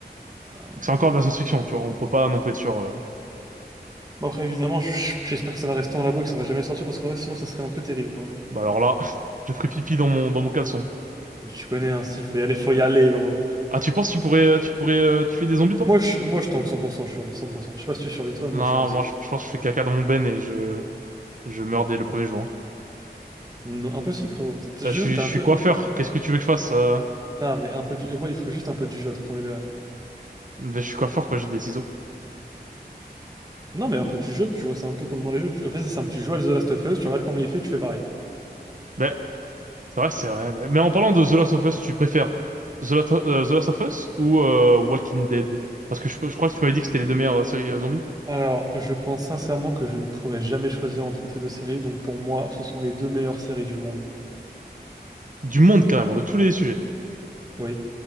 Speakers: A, on the right; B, on the right.
A: un-
B: Donc c'est encore de la science-fiction, tu vois, on peut pas non plus être sûr. euh.
A: Bon, après, évidemment, j- j'espère que ça va rester en labo et que ça va jamais sortir parce qu'en vrai, sinon, ça serait un peu terrible, quoi.
B: Bah alors là, <laughs> je ferai pipi dans mon dans mon caleçon.
A: Mais tu connais, hein, s'il faut y aller, faut y aller, gros.
B: Ah tu penses que tu pourrais euh, tu pourrais euh, tuer des zombies toi?
A: Moi, je, moi, je tank 100%, je survis 100%. Je sais pas si tu survis toi, moi,
B: Non,
A: je survis
B: moi
A: 100%.
B: je, je pense que je fais caca dans mon ben et je, je meurs dès le premier jour. hein.
A: Non, impossible, frérot. Je te
B: Bah,
A: jure,
B: je suis,
A: t'es
B: je
A: un
B: suis
A: peu.
B: coiffeur, qu'est-ce que tu veux que je fasse? euh
A: Non, mais un peu du. Ouais, il faut juste un peu du jeu, à te promets de vrai.
B: Bah, je suis coiffeur, quoi, j'ai des ciseaux.
A: Non, mais un peu du jeu, tu vois, c'est un peu comme dans les jeux. Tu... En fait, c'est simple. Tu joues à The Last of Us, tu regardes comment il fait, tu fais pareil.
B: Mais c'est vrai, c'est vrai. Mais mais en parlant de The Last of Us, tu préfères The, Lat- euh, The Last of Us ou euh, Walking Dead? Parce que je, je crois que tu m'avais dit que c'était les deux meilleures euh, séries euh, zombies.
A: Alors, je pense sincèrement que je ne pourrais jamais choisir entre ces deux séries, donc pour moi, ce sont les deux meilleures séries du monde.
B: Du monde, carrément, de tous les sujets.
A: Oui.